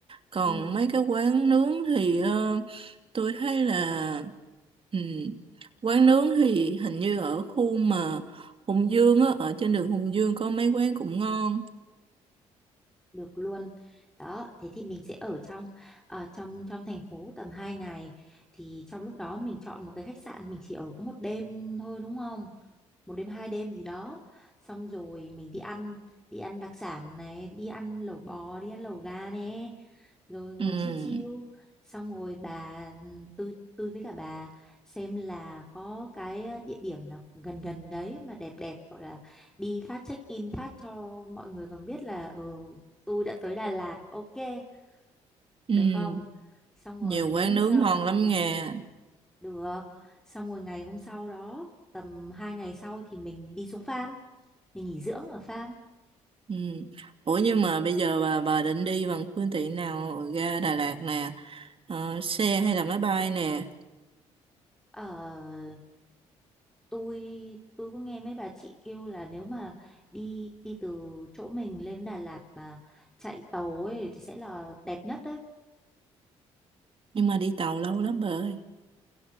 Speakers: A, on the right; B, in the centre.
A: Còn
B: ừ,
A: mấy cái quán nướng thì ờ, tôi thấy là ừ, Quán nướng thì hình như ở khu mà Hùng Dương á Ở trên đường Hùng Dương có mấy quán cũng ngon
B: được luôn đó thế thì mình sẽ ở trong ờ, trong trong thành phố tầm 2 ngày thì trong lúc đó mình chọn một cái khách sạn mình chỉ ở có một đêm thôi đúng không một đêm hai đêm gì đó xong rồi mình đi ăn đi ăn đặc sản này đi ăn lẩu bò đi ăn lẩu gà nè rồi ngồi
A: Ừ,
B: chiêu chiêu xong rồi bà ừ, tôi tôi với cả bà xem là có cái ờ, địa điểm nào gần gần đấy mà đẹp đẹp gọi là đi phát check in phát cho mọi người còn biết là ừ, tôi đã tới Đà Lạt ok
A: ừ,
B: được không xong
A: nhiều
B: rồi mấy
A: quán
B: hôm
A: nướng
B: sau
A: ngon lắm nghe
B: được. Xong rồi ngày hôm sau đó, tầm 2 ngày sau thì mình đi xuống farm. Mình nghỉ dưỡng ở farm.
A: Ừ. Ủa nhưng mà bây giờ bà, bà định đi bằng phương tiện nào ra Đà Lạt nè Ờ, xe hay là máy bay nè
B: Ờ, tôi tôi có nghe mấy bà chị kêu là nếu mà đi đi từ chỗ mình lên Đà Lạt mà chạy tàu ấy thì sẽ là đẹp nhất đấy.
A: nhưng mà đi tàu lâu lắm bà ơi